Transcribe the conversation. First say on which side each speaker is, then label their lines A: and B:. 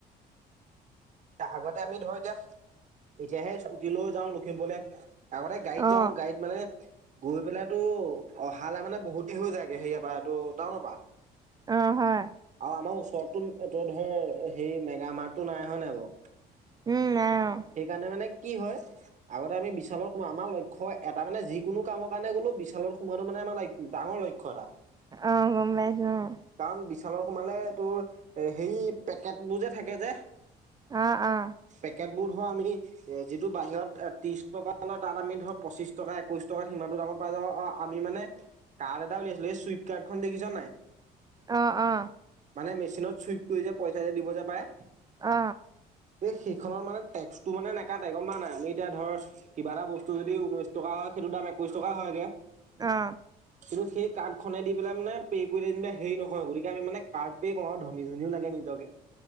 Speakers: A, on the right (about 45°); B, on the right (about 25°).
A: আগতে আমি ধৰ এতিয়া এতিয়াহে স্কুটি লৈ যাওঁ লখিমপুৰলে আগতে গড়িত
B: অ
A: যাওঁ গড়িত মানে গৈ পেলাই তো অহালে মানে বহুত দেৰি হৈ যায়গে সেৰিয়াৰ পৰা এইটো টাউনৰ পা
B: অ হয়
A: আৰু আমাৰ ওচৰতো এইটো ধৰ হেৰি মেগামাকটো নাই হয় নাই বাঅ
B: উম নাই অ
A: সেইকাৰণে মানে কি হয় আগতে আমি বিশালৰ সোমাও আমাৰ লক্ষ্য এটা মানে যিকোনো কামৰ কাৰণে গ'লো বিশালত সোমোৱাটো মানে আমাৰ ডাঙৰ লক্ষ ক্ষ্য এটা
B: অ গম পাইছো অ
A: কাৰণ বিশালৰ সোমালে এতোৰ হেই পেকেটবো যে থাকে যে
B: আ আ
A: পেকেটবোৰ ধ আমি এ যিটো বাহিৰত এ ত্ৰিশ টকা লয় তাত আমি ধৰ পঁচিশ টকা, একৈশ টকা সিমানটো দামত পোৱা যাৱ আমি মানে কাৰ্ড এটা উলিয়াইছিলো এই চুইপ কাৰ্ডখন দেখিছনে নাই
B: অ অ
A: মানে মেচিনত চুইপ কৰি যে পইচা যে দিব যে পায়ে
B: অ
A: এই সেইখনৰ মানে টেক্সটো মানে নেকাতে গম পাওঁ নাই আমি এতিয়া ধৰ কিবা এটা বস্তু যদি ঊনৈশ টকা হয়, সেইটো দাম একৈশ টকা হয়গে
B: অ
A: কিন্তু সেই কাৰ্ড খনে দি পেলাই মানে পে' কৰি যেনিবা হেৰি নহয় গতিকে আমি মানে কাৰ্ড পে কওঁ আৰু ধনী ধনীও লাগে নিজকে